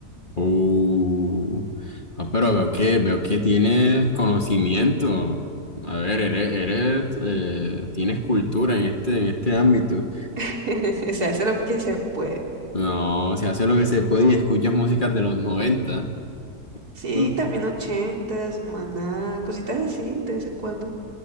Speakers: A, on the left (about 30°); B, on the right (about 70°).
A: Uh, ah, pero veo que, veo que tienes conocimiento. A ver, eres, eres, eh, tienes cultura en este, en este ámbito.
B: <laughs> O sea, eso es lo que se puede.
A: No, se hace lo que se puede y escuchas músicas de los noventa
B: Sí,
A: Mm.
B: también ochentas, maná, cositas así de vez en cuando.